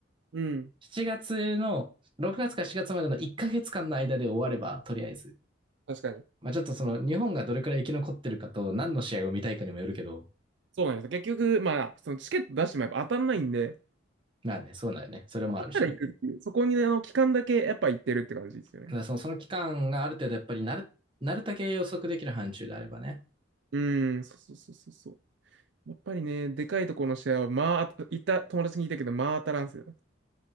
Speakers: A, on the right; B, on the right.
A: うん。
B: 7月の、6月か4月までの1ヶ月間の間で終われば、とりあえず。
A: 確かに。
B: まあちょっとその日本がどれくらい生き残ってるかと何の試合を見たいかにもよるけど、
A: そうなんですよ。結局、まあ、そのチケット出してもやっぱ当たんないんで、
B: まあね、そうなんよね。それもあるしね。
A: 当たったら行くっていう、そこにねあの期間だけやっぱ行ってるって感じですよね。
B: だからその、その期間がある程度やっぱりなる、なるだけ予測できる範疇であればね。
A: うーん、そうそうそうそうそう。やっぱりね、でかいところの試合は、まあ、当た行った友達に聞いたけど、まあ当たらんっすよ。